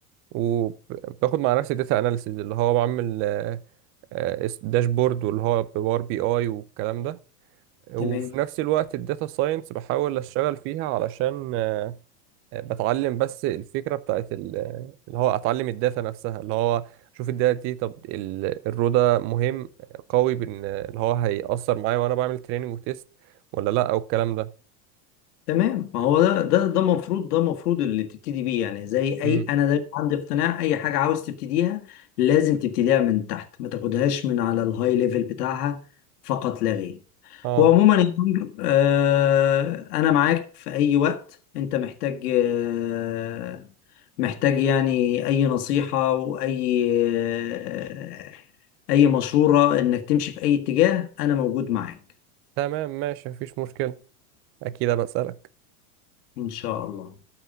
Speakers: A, on the right; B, on the left.
A: وباخد مع نفسي داتا اناليسيز اللي هو بعمل آه آه داشبورد واللي هو بباور بي اي والكلام ده وفي
B: تمام
A: نفس الوقت الداتا ساينس بحاول اشتغل فيها علشان آه بتعلم بس الفكره بتاعت ال- آه، اللي هو اتعلم الداتا نفسها اللي هو شوف الداتا دي طب ال- الرو ده مهم قوي بان اللي هو هيأثر معايا وانا بعمل تريننج وتيست ولا لا او الكلام ده
B: تمام ما هو ده ده ده المفروض ده المفروض اللي تبتدي بيه يعني زي اي
A: امم
B: انا دايما عندي اقتناع اي حاجه عاوز تبتديها لازم تبتديها من تحت ما تاخدهاش من على الهاي ليفل بتاعها فقط لا غير
A: اه
B: وعموما يا عمرو، آه انا معاك في اي وقت انت محتاج آه محتاج يعني اي نصيحه واي آه اي مشوره انك تمشي في اي اتجاه انا موجود معاك
A: تمام ماشي مفيش مشكلة أكيد أبقى أسألك
B: ان شاء الله